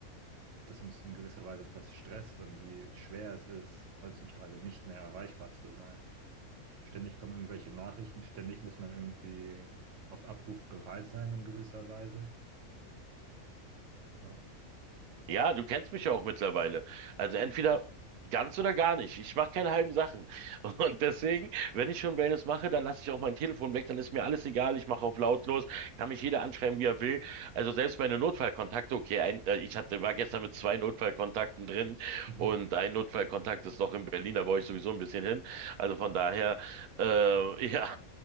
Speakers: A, on the right; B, on the right.
A: das uns in gewisser Weise fast stresst und wie schwer es ist, heutzutage nicht mehr erreichbar zu sein. Ständig kommen irgendwelche Nachrichten, ständig muss man irgendwie auf Abruf bereit sein in gewisser Weise. Ja,
B: Ja, du kennst mich ja auch mittlerweile. Also entweder ganz oder gar nicht. Ich mache keine halben Sachen. <laughs> Und deswegen, wenn ich schon Wellness mache, dann lasse ich auch mein Telefon weg, dann ist mir alles egal. Ich mache auf lautlos, kann mich jeder anschreiben, wie er will. Also selbst meine Notfallkontakte, okay, ein, äh, ich hatte, war gestern mit zwei Notfallkontakten drin
A: mhm.
B: und ein Notfallkontakt ist noch in Berlin, da brauche ich sowieso ein bisschen hin. Also von daher, äh, <laughs> ja.